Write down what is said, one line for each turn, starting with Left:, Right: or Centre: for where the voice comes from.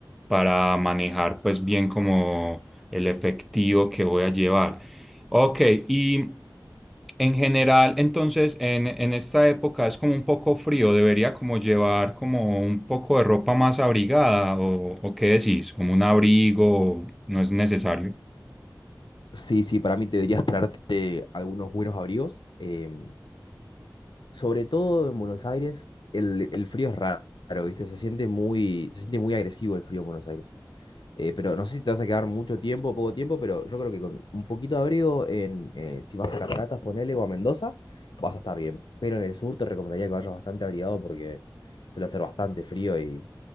Centre: para manejar pues bien como el efectivo que voy a llevar. Ok, y en general, entonces, en, en esta época es como un poco frío, debería como llevar como un poco de ropa más abrigada o, o qué decís, como un abrigo, no es necesario.
Left: Sí, sí, para mí te deberías traerte algunos buenos abrigos. em, sobre todo en Buenos Aires, el, el frío es raro, ¿viste? Se siente muy, se siente muy agresivo el frío en Buenos Aires. Eh, pero no sé si te vas a quedar mucho tiempo o poco tiempo, pero yo creo que con un poquito de abrigo, en, eh, si vas a Cataratas, ponele o a Mendoza, vas a estar bien. Pero en el sur te recomendaría que vayas bastante abrigado porque suele hacer bastante frío y,